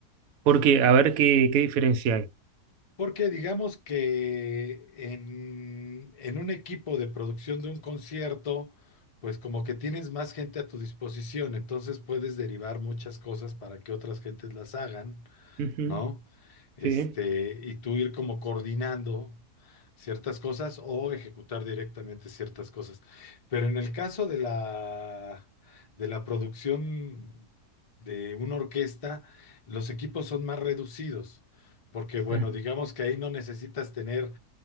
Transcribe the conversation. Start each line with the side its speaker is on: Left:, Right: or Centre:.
Right: Porque, a ver qué, qué diferencia hay.
Left: Porque digamos que en, en un equipo de producción de un concierto, pues como que tienes más gente a tu disposición, entonces puedes derivar muchas cosas para que otras gentes las hagan.
Right: Ujú,
Left: ¿no? Este,
Right: sí.
Left: y tú ir como coordinando ciertas cosas o ejecutar directamente ciertas cosas. Pero en el caso de la, de la producción de una orquesta, los equipos son más reducidos, porque bueno,
Right: Ah,
Left: digamos que ahí no necesitas tener